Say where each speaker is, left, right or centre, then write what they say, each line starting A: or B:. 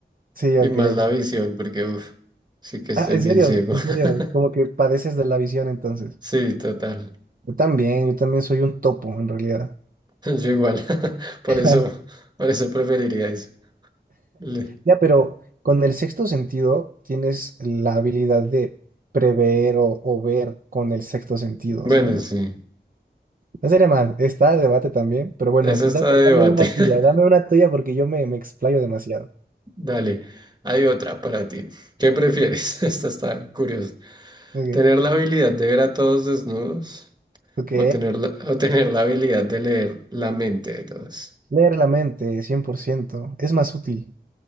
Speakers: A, on the right (about 50°); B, on the right (about 25°).
A: Sí, ok,
B: y más
A: ok.
B: la visión, porque uff, sí que estoy
A: Ah, en
B: bien
A: serio,
B: ciego.
A: en
B: <laughs>
A: serio, como que padeces de la visión entonces.
B: Sí, total.
A: Yo también, yo también soy un topo en realidad.
B: <laughs> Yo igual. <laughs> Por
A: <laughs>
B: eso, por eso preferiría eso. Le-
A: Ya, pero con el sexto sentido tienes la habilidad de prever o, o ver con el sexto sentido,
B: Bueno,
A: ¿sabes?
B: sí.
A: No sería mal, está a debate también, pero bueno,
B: Eso está
A: dame,
B: de
A: dame
B: debate.
A: una tuya,
B: <laughs>
A: dame una tuya porque yo me, me explayo demasiado.
B: Dale, hay otra para ti. ¿Qué prefieres? <laughs> Esta está curiosa.
A: Ok,
B: ¿Tener la habilidad de ver a todos desnudos
A: ok.
B: o tener la, o tener la habilidad de leer la mente de todos?
A: Leer la mente, 100% es más útil.